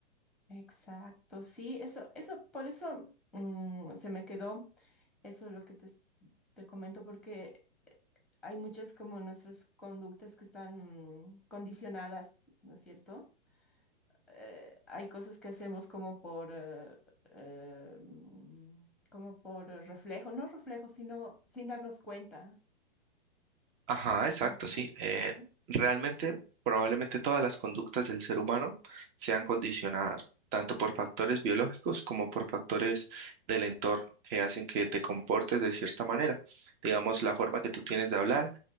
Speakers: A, in the centre; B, on the right.
A: Exacto, sí, eso, eso, por eso mm, se me quedó, eso es lo que te, s- te comento, porque eh, hay muchas como nuestras conductas que están mm, condicionadas, ¿no es cierto? eh, hay cosas que hacemos como por, eh, eh, mm, como por eh, reflejo, no reflejo, sino sin darnos cuenta.
B: Ajá, exacto,
A: No sé.
B: sí. Eh,
A: Ujú,
B: realmente, probablemente todas las conductas del ser humano sean condicionadas tanto por factores biológicos como por factores del entorno que hacen que te comportes de cierta manera. Digamos, la forma que tú tienes de hablar